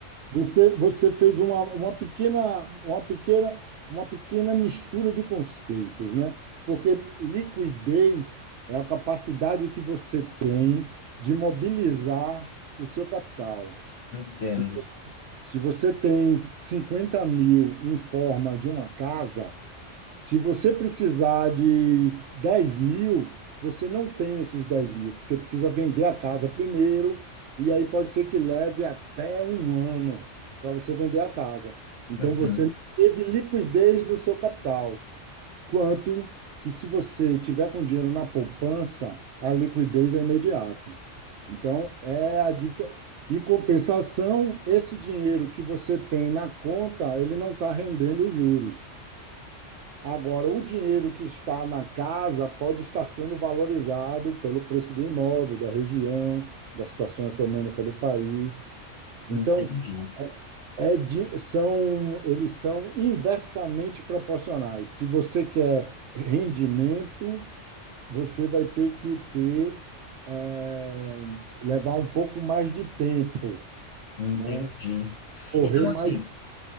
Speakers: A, on the right; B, on the left.
A: Você, você fez uma, uma pequena, uma pequena, uma pequena mistura de conceitos, né? Porque liquidez é a capacidade que você tem de mobilizar o seu capital.
B: Entendo.
A: Se você, se você tem 50 mil em forma de uma casa, se você precisar de 10 mil, você não tem esses 10 mil, porque você precisa vender a casa primeiro, e aí pode ser que leve até um ano para você vender a casa. Então
B: Uhum,
A: você não teve liquidez do seu capital. Quanto que se você tiver com dinheiro na poupança, a liquidez é imediata. Então, é a dif... Em compensação, esse dinheiro que você tem na conta, ele não está rendendo os juros. Agora, o dinheiro que está na casa pode estar sendo valorizado pelo preço do imóvel, da região, da situação econômica do país.
B: entendi.
A: Então, é de- são, eles são inversamente proporcionais. Se você quer rendimento, você vai ter que ter, eh, levar um pouco mais de tempo,
B: Entendi.
A: né? Correr
B: Então, assim,
A: mais